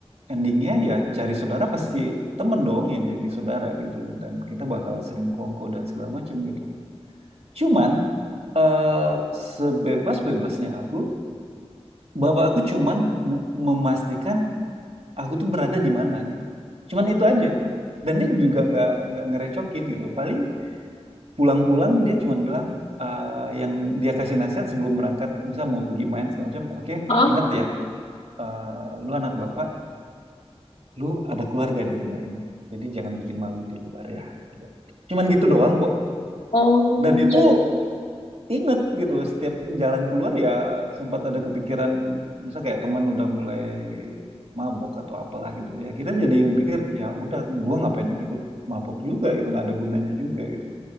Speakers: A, on the right; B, on the left.
A: Endingnya ya cari saudara pasti temen dong yang jadi saudara gitu loh. Dan kita bakal sering kongko dan segala macem gitu. Cuman eh sebebas-bebasnya aku Bapak aku cuman nge- memastikan aku tuh berada di mana gitu. Cuman itu aja. Dan dia juga nggak nggak ngerecokin gitu. Paling pulang-pulang dia cuman bilang eh, yang dia kasih nasihat sebelum berangkat, misal mau pergi main segala macam, oke,
B: Hah?
A: inget ya, eh, lu anak bapak, lu ada keluarga di rumah ini. Jadi jangan bikin malu di luar ya. Cuman gitu doang kok.
B: Oh,
A: Dan itu
B: iya.
A: inget gitu loh setiap jalan keluar ya sempat ada kepikiran misal kayak teman udah mulai mabok atau apalah gitu ya kita jadi pikir ya udah gua ngapain ikut mabok juga gitu nggak ada gunanya juga gitu